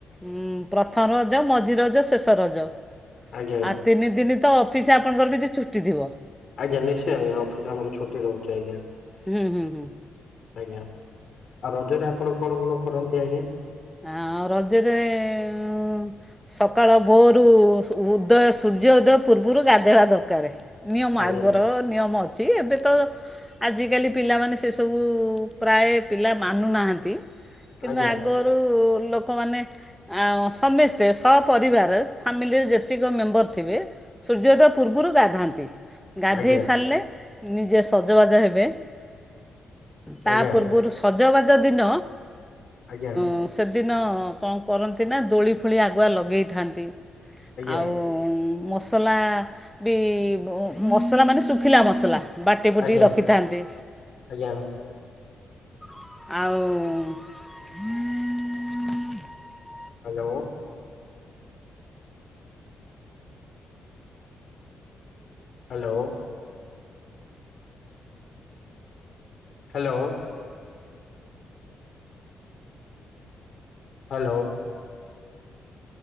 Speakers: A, in the centre; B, on the left.
A: ଉଁ, ପ୍ରଥମ ମଝି ରଜ ଶେଷ ରଜ
B: ଆଜ୍ଞା
A: ଆ ତିନି ଦିନ ତ ଅଫିସ ଆପଣଙ୍କର ବି ଛୁଟି ଥିବ।
B: ଆଜ୍ଞା ନିଶ୍ଚୟ ଆଜ୍ଞା ଅଫିସ ଆମର ଛୁଟି ରହୁଛି। ଆଜ୍ଞା।
A: ହୁଁ ହୁଁ ହୁଁ।
B: ଆଜ୍ଞା ଆଉ ରଜରେ ଆପଣ କଣ କଣ କରନ୍ତି ଆଜ୍ଞା?
A: ହଁ ଅଁ ଆଉ ରଜରେ ମୁଁ ସକାଳ ଭୋରୁ ସୁ ଉ ଉଦୟ ସୂର୍ଯ୍ୟ ଉଦୟ ପୂର୍ବରୁ ଗାଧେଇବା ଦରକାର। ନିୟମ
B: ଆଜ୍ଞା
A: ଆଗର ନିୟମ ଅଛି ଏବେ ତ ଆଜିକାଲି ପିଲାମାନେ ସେ ସବୁ ପ୍ରାୟ ପିଲା ମାନୁନାହାନ୍ତି। କିନ୍ତୁ
B: ଆଜ୍ଞା
A: ଆଗ କୁ ଲୋକମାନେ ଆଁ ସମସ୍ତେ ସପରିବାର ଫ୍ୟାମିଲିରେ ଯେତିକ ମେମ୍ବର ଥିବେ ସୂର୍ଯ୍ୟୋଦୟ ପୂର୍ବରୁ ଗାଧାନ୍ତି। ନ୍ତି ଗାଧେଇ
B: ଆଜ୍ଞା
A: ସାରିଲେ ନିଜେ ସଜବାଜ ହେବେ। ତା
B: ଆଜ୍ଞା
A: ପୂର୍ବରୁ ସଜ ସଜବାଜ ଦିନ
B: ଆଜ୍ଞା।
A: ହଁ ସେଦିନ କଣ କରନ୍ତି ନା ଦୋଳି ଫୋଳି ଆଗୁଆ ଲଗେଇଥାନ୍ତି।
B: ଆଜ୍ଞା
A: ଆଉ ମତ ମସଲା ବି ମସଲା ମାନେ ଶୁଖିଲା ମସଲା। ବାଟି ଫୁଟି
B: ଆଜ୍ଞା
A: ରଖିଥାନ୍ତି।
B: ଆଜ୍ଞା
A: ଆଉ
B: hello. Hello. Hello. Hello.